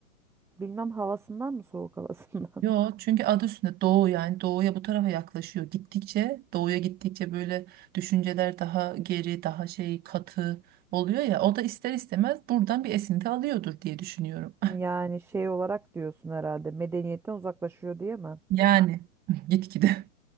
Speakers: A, in the centre; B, on the right (about 20°).
A: Bilmem havasından mı soğuk havasından?
B: Yo,
A: <laughs>
B: çünkü adı üstünde Doğu yani Doğu'ya bu tarafa yaklaşıyor. Gittikçe Doğu'ya gittikçe böyle düşünceler daha geri, daha şey katı oluyor ya. O da ister istemez buradan bir esinti alıyordur diye düşünüyorum. <laughs>
A: Yani şey olarak diyorsun herhalde medeniyetten uzaklaşıyor diye mi?
B: Yani <laughs> gitgide.